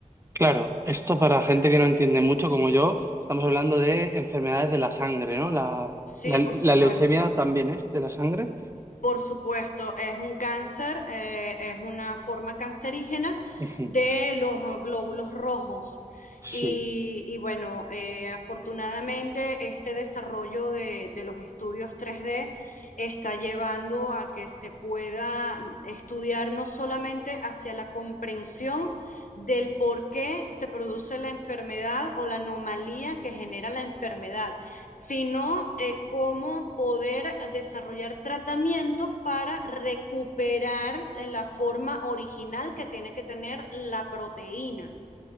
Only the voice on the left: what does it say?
Sí,
por supuesto.
Por supuesto, es un cáncer, eh, es una forma cancerígena
de los glóbulos rojos.
Y, y bueno, eh, afortunadamente este desarrollo de, de los estudios 3D está llevando a que se pueda estudiar no solamente hacia la comprensión del por qué se produce la enfermedad o la anomalía que genera la enfermedad, sino eh, cómo poder ah, desarrollar tratamientos para recuperar eh, la forma original que tiene que tener la proteína.